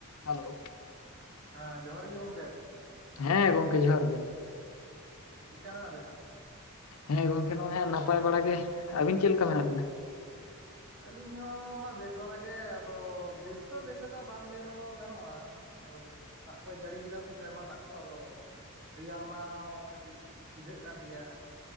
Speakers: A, on the left; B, on the right.
A: Hello.
B: ᱦᱮᱸ ᱡᱚᱦᱟᱨ ᱜᱮ ᱜᱚᱝᱠᱮ᱾
A: ᱦᱮᱸ ᱜᱚᱢᱠᱮ ᱡᱚᱦᱟᱨ ᱜᱮ᱾
B: ᱪᱮᱫᱠᱟ ᱢᱮᱱᱟᱜ ᱵᱤᱱᱟ?
A: ᱦᱮᱸ ᱜᱚᱝᱠᱮ ᱱᱚᱜᱼᱚᱭ ᱦᱟᱹᱜ ᱱᱟᱯᱟᱭ ᱵᱟᱲᱟ ᱜᱮ᱾ ᱟᱹᱵᱤᱱ ᱪᱮᱫ ᱞᱮᱠᱟ ᱢᱮᱱᱟᱜ ᱵᱤᱱᱟ?
B: ᱟᱹᱞᱤᱧ ᱦᱚᱸᱢᱟ ᱵᱮᱥ ᱵᱟᱲᱟᱜ ᱜᱮ ᱟᱫᱚ ᱵᱮᱥ ᱫᱚ ᱵᱮᱥ ᱞᱮᱠᱟ ᱵᱟᱝ ᱞᱟᱹᱭ ᱨᱮᱦᱚᱸ ᱜᱟᱱᱚᱜᱼᱟ᱾ ᱟᱫᱚ ᱫᱟᱜ ᱠᱚᱭ ᱡᱟᱹᱲᱤ ᱠᱮᱫᱟ ᱥᱮ ᱥᱮᱨᱢᱟ ᱫᱟᱜ ᱠᱚ ᱟᱫᱚ ᱨᱮᱭᱟᱲ ᱢᱟ ᱦᱚᱸ ᱠᱟᱹᱴᱤᱡ ᱵᱩᱡᱷᱟᱹᱜ ᱠᱟᱱ ᱜᱮᱭᱟ